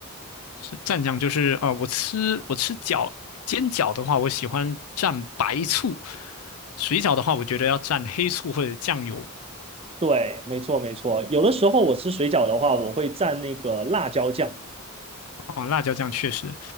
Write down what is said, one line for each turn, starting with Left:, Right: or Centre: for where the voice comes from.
Left: 是蘸酱，就是啊、我吃我吃饺煎饺的话，我喜欢蘸白醋，水饺的话，我觉得要蘸黑醋或者酱油。
Right: 对，没错，没错。有的时候我吃水饺的话，我会蘸那个辣椒酱。
Left: 哦，辣椒酱确实，